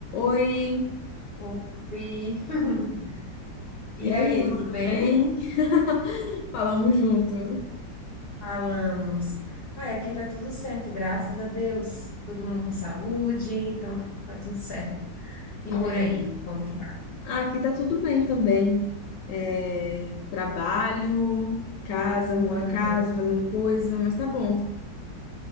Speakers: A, on the left (about 75°); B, on the left (about 55°).
A: Oi,
B: Oi. <laughs> E
A: e aí,
B: aí, tudo
A: tudo
B: bem?
A: bem? <laughs> Falamos junto.
B: Falamos. Ah, aqui tá tudo certo, graças a Deus. Todo mundo com saúde, então tá, tá tudo certo.
A: É,
B: E por aí, como que tá?
A: ah, aqui tá tudo bem também. É, trabalho, casa, arrumando
B: Aham.
A: casa, fazendo coisa, mas tá bom.